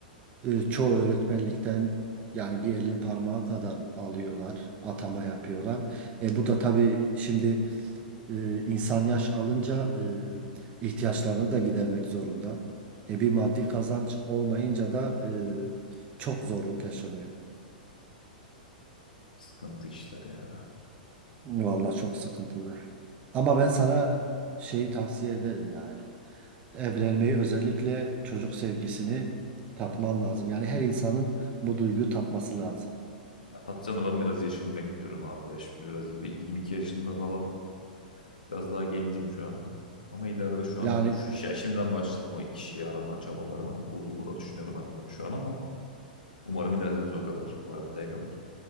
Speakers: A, on the right (about 25°); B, on the left (about 70°).
A: E, çoğu öğretmenlikten yani bir elin parmağı kadar alıyorlar, atama yapıyorlar. E, bu da tabii şimdi e, insan yaş alınca e, ihtiyaçlarını da gidermek zorunda. E, bir maddi kazanç olmayınca da e, çok zorluk yaşanıyor.
B: Sıkıntı işler ya.
A: Vallahi çok sıkıntılı. Ama ben sana şeyi tavsiye ederim yani. Evlenmeyi özellikle çocuk sevgisini tatman lazım. Yani her insanın bu duyguyu tatması lazım.
B: Ya Tatcan'a ben biraz yaşımı bekliyorum abi ya. Şimdi biraz iyi. Ben 22 yaşında falan Biraz daha gencim şu an. Ama ileride şu
A: Yani
B: an şu ya şimdiden başladım o iki şeyi arama çabalarıma. Buldum mu da düşünüyorum hatta şu an ama umarım ilerleriz o kadar. O raddeye kadar.